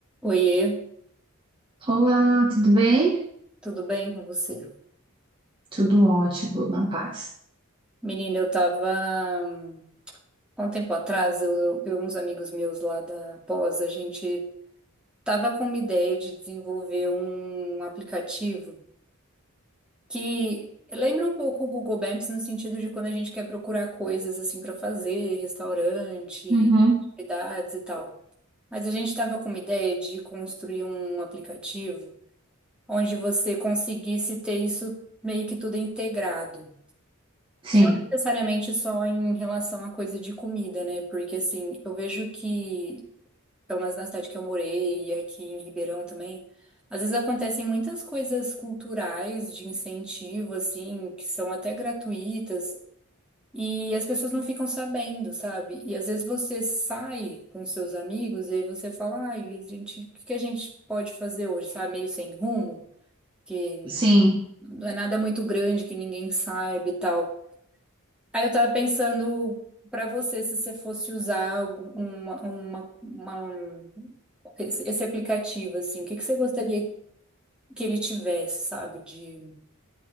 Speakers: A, in the centre; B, on the right.
A: Oiê,
B: Olá, tudo bem?
A: tudo bem com você?
B: Tudo ótimo, na paz.
A: Menina, eu tava. hum, Há um tempo atrás, eu, eu e uns amigos meus lá da pós, a gente tava com uma ideia de desenvolver um aplicativo que lembra um pouco o Google Maps no sentido de quando a gente quer procurar coisas assim para fazer, restaurante,
B: Uhum.
A: atividades e tal. Mas a gente estava com uma ideia de construir um aplicativo onde você conseguisse ter isso meio que tudo integrado.
B: Sim,
A: E não necessariamente só em relação à coisa de comida, né? Porque assim, eu vejo que, pelo menos na cidade que eu morei e aqui em Ribeirão também, às vezes acontecem muitas coisas culturais de incentivo, assim, que são até gratuitas, e as pessoas não ficam sabendo, sabe? E às vezes você sai com seus amigos e aí você fala, ai, a gente, o que que a gente pode fazer hoje, sabe? Meio sem rumo, que
B: sim.
A: não é nada muito grande que ninguém saiba e tal. Aí eu tava pensando pra você, se você fosse usar algum- uma, uma, uma- um- esse, esse aplicativo, assim, o que que você gostaria que ele tivesse, sabe, de